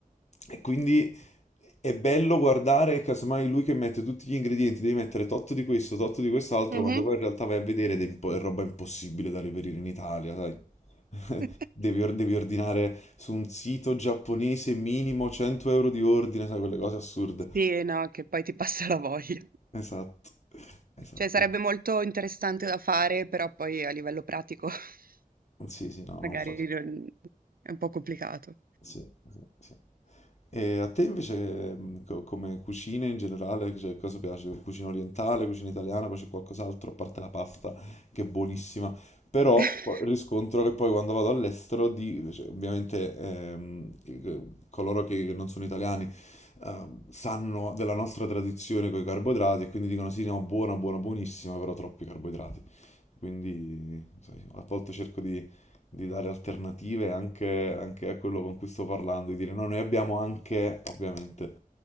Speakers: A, on the left; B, on the right.
A: e quindi è bello guardare, casomai lui che mette tutti gli ingredienti, devi mettere tot di questo, tot di quest'altro,
B: Mhm.
A: quando poi in realtà vai a vedere ed è, impo- è roba impossibile da reperire in Italia, sai? <laughs>
B: <laughs>
A: Devi, or- devi ordinare su un sito giapponese minimo 100 euro di ordine, sai, quelle cose assurde.
B: Sì, no, che poi ti passa la voglia.
A: Esatto, esatto.
B: Cioè, sarebbe molto interessante da fare, però poi a livello pratico <laughs>
A: Sì, sì, no, non
B: magari
A: fa. Sì,
B: non- è un po' complicato.
A: sì, sì. E a te invece, mh, co- come cucine in generale, cioè, cosa piace? Cucina orientale, cucina italiana, poi c'è qualcos'altro, a parte la pasta, che è buonissima. Però
B: <laughs>
A: poi riscontro che poi quando vado all'estero, di- cioè, ovviamente ehm, i- che- coloro che, che non sono italiani ehm, sanno della nostra tradizione con i carboidrati e quindi dicono sì, no, buona, buona, buonissima, però troppi carboidrati. Quindi, sai, a volte cerco di, di dare alternative anche, anche a quello con cui sto parlando, di dire no, noi abbiamo anche, ovviamente,